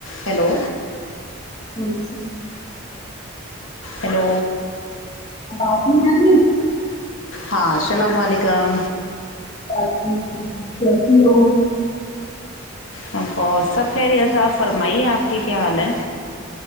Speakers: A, on the left (about 65°); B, on the left (about 30°).
A: Hello
B: ہاں جی
A: hello
B: آواز نی اری
A: ہاں سلام علیکم
B: <unintelligible> کیسی ہو
A: ہم تو سب خیریت اپ فرمائیے آپ کی کیا حال ہے